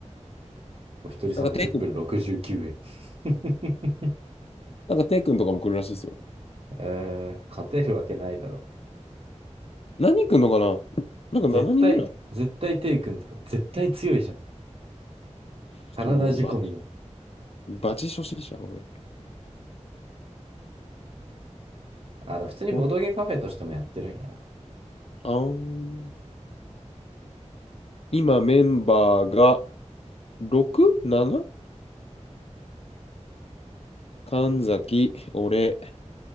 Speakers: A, on the right (about 50°); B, on the left (about 55°).
A: お一人様10分69円。
B: なんかテイ君、
A: <laughs>
B: なんかテイ君とかも来るらしいですよ。
A: えー、勝てるわけないだろ。
B: 何人来るのかななんか7人ぐらい。
A: 絶対、絶対テイ君とか絶対強いじゃん。
B: ちょっと俺バ、
A: カナダ仕込みだもん。
B: バチ初心者、俺。
A: あの、普通にボドゲカフェとしてもやってるんやな。
B: おあん今メンバーが 6?7? 神崎、俺、